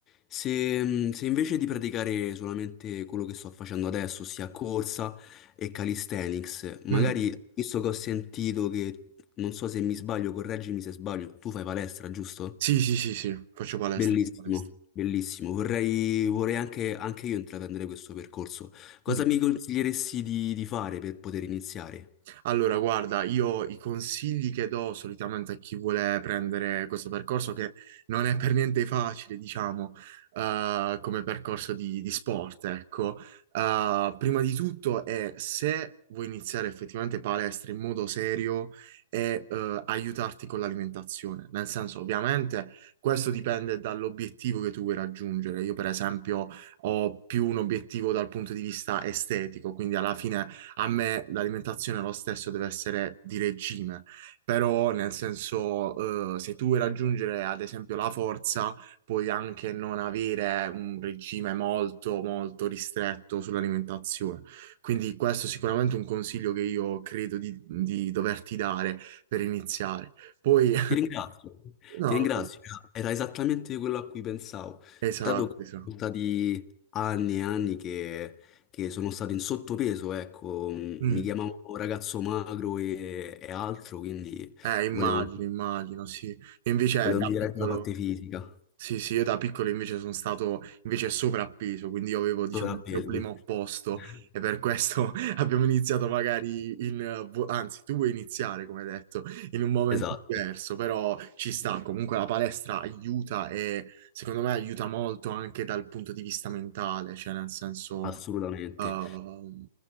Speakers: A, on the left; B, on the right.
A: se, se invece di praticare solamente quello che sto facendo adesso, ossia corsa e calisthenics, magari
B: Mm.
A: visto che ho sentito che, non so se mi sbaglio, correggimi se sbaglio, tu fai palestra, giusto?
B: Sì, sì, sì, sì, faccio palestra,
A: Bellissimo,
B: faccio palestra.
A: bellissimo. Vorrei, vorrei anche, anche io intraprendere questo percorso. Cosa
B: Mm.
A: mi consiglieresti di, di fare per poter iniziare?
B: Allora, guarda, io i consigli che do solitamente a chi vuole prendere questo percorso, che non è per niente facile, diciamo, eh, come percorso di, di sport, ecco. Eh, prima di tutto è se vuoi iniziare effettivamente palestra in modo serio e eh, aiutarti con l'alimentazione. Nel senso, ovviamente, questo dipende dall'obiettivo che tu vuoi raggiungere. Io, per esempio, ho più un obiettivo dal punto di vista estetico, quindi alla fine a me l'alimentazione lo stesso deve essere di regime, però nel senso, eh, se tu vuoi raggiungere ad esempio la forza, puoi anche non avere un regime molto, molto ristretto sull'alimentazione. Quindi questo è sicuramente un consiglio che io credo di, di doverti dare per iniziare. Poi,
A: Ti ringrazio,
B: <laughs> no,
A: ti ringrazio. Era esattamente quello a cui pensavo.
B: esatto,
A: Dato che
B: esatto.
A: sono stati anni e anni che, che sono stato in sottopeso, ecco, mh,
B: Mm.
A: mi chiamavo ragazzo magro e, e altro, quindi
B: Eh, immagino,
A: volevo,
B: immagino, sì. Invece
A: volevo
B: da
A: migliorare
B: piccolo...
A: la parte fisica,
B: Sì, sì, io da piccolo invece sono stato invece sovrappeso, quindi io avevo, diciamo,
A: sovrapeso.
B: il problema opposto
A: <laughs>
B: e per questo <laughs> abbiamo iniziato magari in... eh, vo- anzi, tu vuoi iniziare, come detto, in un momento
A: Esatto,
B: diverso, però ci sta, comunque la palestra aiuta e secondo me aiuta molto anche dal punto di vista mentale, cioè nel senso...
A: assolutamente.
B: Ehm,